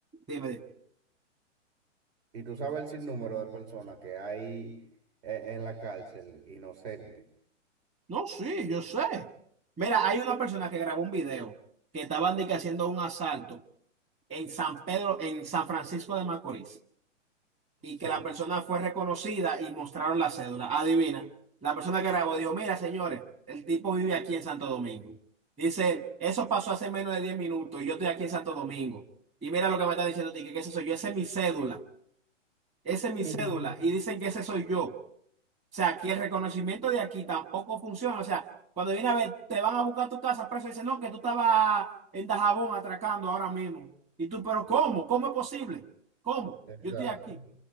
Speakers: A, on the right (about 20°); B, on the right (about 60°).
A: dime, dime.
B: Y tú sabes el sinnúmero de personas que hay eh, en la cárcel inocente.
A: No, sí, yo sé. Mira, hay una persona que grabó un video que estaban de que haciendo un asalto en San Pedro, en San Francisco de Macorís. y
B: Sí.
A: que la persona fue reconocida y mostraron la cédula. Adivina, la persona que grabó dijo, mira, señores, el tipo vive aquí en Santo Domingo. Dice, él, eso pasó hace menos de 10 minutos y yo estoy aquí en Santo Domingo. Y mira lo que me está diciendo, Tique, que ese soy yo, esa es mi cédula, esa
B: <laughs>
A: es mi cédula. Y dicen que ese soy yo. O sea, aquí el reconocimiento de aquí tampoco funciona. O sea, cuando viene a ver, te van a buscar tu casa preso y dicen, no, que tú estabas en Dajabón atracando ahora mismo. Y tú, pero ¿cómo? ¿Cómo es posible? ¿Cómo?
B: Exacto.
A: Yo estoy aquí.